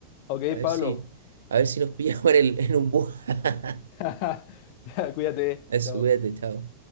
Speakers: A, on the left; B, on the right.
A: Ok,
B: A ver
A: Pablo.
B: si, a ver si nos <laughs> pillamos en el, en un bus. <laughs>
A: <laughs> Cuídate.
B: Eso,
A: Chao.
B: cuídate, chao.